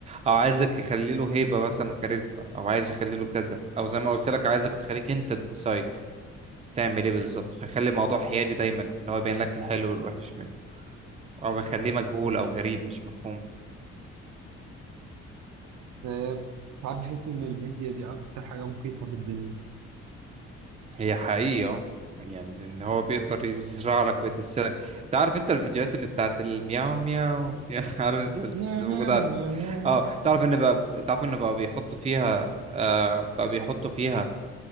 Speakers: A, on the right; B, on the right.
A: او عايزك يخلي له هيبه مثلا وكاريزما او عايز يخلي له كذا او زي ما قلت لك عايزك تخليك انت تديسايد تعمل ايه بالظبط فيخلي الموضوع حيادي دايما في ان هو يبين لك الحلو والوحش منه او يخليه مجهول او غريب مش مفهوم
B: آه، ساعات بحس إن الميديا دي أكتر حاجة مخيفة في الدنيا
A: هي حقيقة اه. يعني ان هو بيقدر يزرع لك ويدسلك انت عارف انت الفيديوهات اللي بتاعت المياو مياو <laughs> يعني عارف انت اللي
B: نيا
A: موجودة
B: نيا
A: على-
B: نيا نيا.
A: اه تعرف ان بقى تعرف ان بقى بيحطوا فيها آه بقى بيحطوا فيها